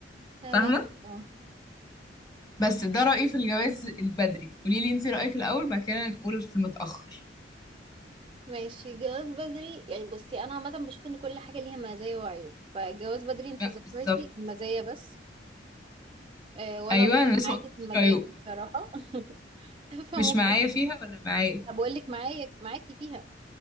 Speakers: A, on the right; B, on the left.
A: فهمك
B: فاهمة
A: اه
B: بس ده رأيي في الجواز البدري قولي لي انت رأيك الأول بعد كده نقول في المتأخر
A: ماشي جواز بدري يعني بصي انا عامه بشوف ان كل حاجه ليها مزايا وعيوب فجواز بدري انتي
B: لا
A: ذكرتي
B: بالظبط
A: المزايا بس إيه وانا
B: ايوه
A: أتفق
B: انا لسه
A: معاكي
B: ما قلتلكيش
A: في المزايا
B: رأيك
A: دي بصراحه <laughs>
B: <laughs>
A: فممكن
B: مش معايا فيها ولا معايا
A: بقول لك معايا معاكي فيها